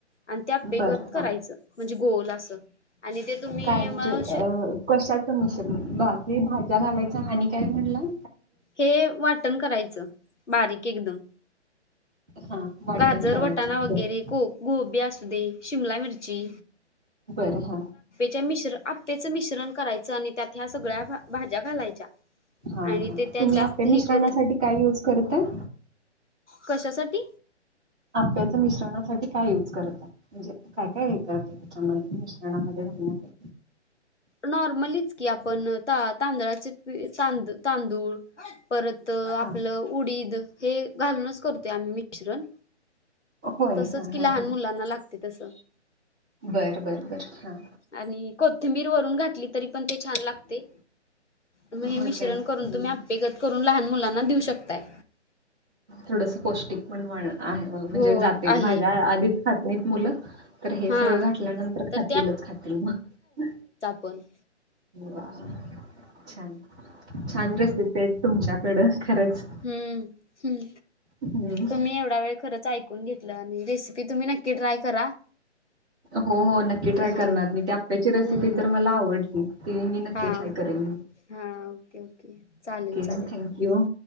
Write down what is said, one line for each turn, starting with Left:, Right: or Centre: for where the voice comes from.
Left: आणि ते अप्पेग
Centre: बरं
Left: त करायचं
Centre: हां.
Left: म्हणजे गोल असं आणि ते तुम्ही
Centre: काय
Left: मग
Centre: म्हणजे अ कशाचं मिश्रण बाकी भाज्या घालायच आणि काय म्हणलं?
Left: हे वाटण करायचं बारीक एकदम.
Centre: हां, वाटण
Left: गाजर
Centre: करायचं.
Left: वटाणा वगैरे
Centre: बरं,
Left: गोबी असू दे. शिमला मिरची.
Centre: बरं हा.
Left: जे मिश्रण करायच आपेच मिश्रण करायचं आणि त्यात ह्या सगळ्या भाज्या घालायच्या.
Centre: हां,
Left: आणि
Centre: हां.
Left: ते त्याच्यात
Centre: तुम्ही अप्पे
Left: हे
Centre: मिश्रणासाठी
Left: करून
Centre: काय यूज करताय?
Left: कशासाठी?
Centre: आप्पे चं मिश्रणात साठी काय यूज करत म्हणजे काय काय हे करत त्याच्यामध्ये मिश्रणामध्ये घालण्यासाठी.
Left: नॉर्मलीच की आपण तांदळाचे तांद तांदूळ परत... आपलं
Centre: हां.
Left: उडीद हे घालूनच करतो आम्ही मिश्रण.
Centre: होय.
Left: तसच
Centre: हां,
Left: कि
Centre: हां,
Left: लहान
Centre: हां.
Left: मुलांना लागते तस.
Centre: बरं बरं बर हा.
Left: आणि कोथिंबीर वरून घातली तरी पण ते छान लागते. मग हे
Centre: होय
Left: मिश्रण
Centre: काय?
Left: करून
Centre: हं.
Left: तुम्ही आपेगत करून लहान मुलांना देऊ शकताय.
Centre: थोडस पौष्टिक पण आहे म्हणजे
Left: हो
Centre: जाते
Left: आहे
Centre: भाज्या आधी खात नाहीत मुलं तर हे
Left: हा
Centre: सगळं घातल्यानंतर
Left: तर
Centre: खातीलच खातील मग..
Left: पन.
Centre: वा छान छान रेसिपी आहेत तुमच्याकडं खरंच!
Left: हम्म हम्म
Centre: हम्म
Left: तुम्ही एवढा वेळ खरच ऐकून घेतलं आणि रेसिपी तुम्ही नक्की ट्राय करा.
Centre: हो हो नक्की ट्राय
Left: हा
Centre: करणार मी ते आप्याची रेसिपी
Left: हम्म
Centre: तर मला आवडली. ते मी नक्की
Left: हा
Centre: ट्राय करेन.
Left: हा ओके ओके चालेल
Centre: ओके
Left: चालेल
Centre: थँक्यू